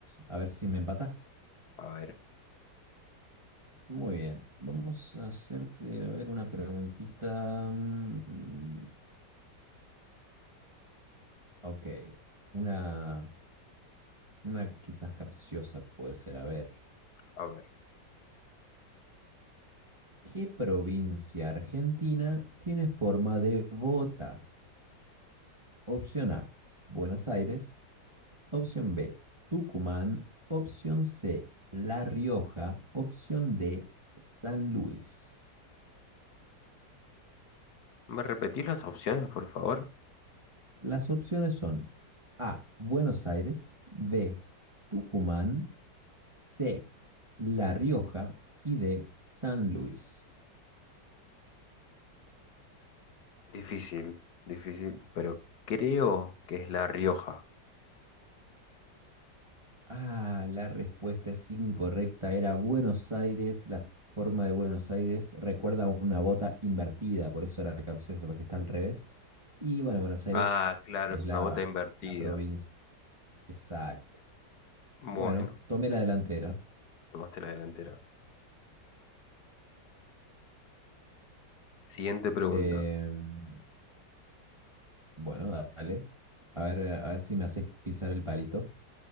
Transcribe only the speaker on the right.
A ver si me empatás.
Muy bien, vamos a hacerte, a ver, una preguntita. mm, mm, ok, una, una quizás capciosa puede ser. A ver,
¿qué provincia argentina tiene forma de bota? Opción A, Buenos Aires. Opción B, Tucumán. Opción C, La Rioja. Opción D, San Luis.
Las opciones son A, Buenos Aires. B, Tucumán. C, La Rioja y D, San Luis.
Ah, la respuesta es incorrecta. Era Buenos Aires, la forma de Buenos Aires recuerda una bota invertida, por eso era capcioso, porque está al revés. Y bueno, Buenos Aires
es
la,
la provincia. Exacto.
Bueno, tomé la delantera.
Em, bueno, dale. A ver, a ver si me haces pisar el palito.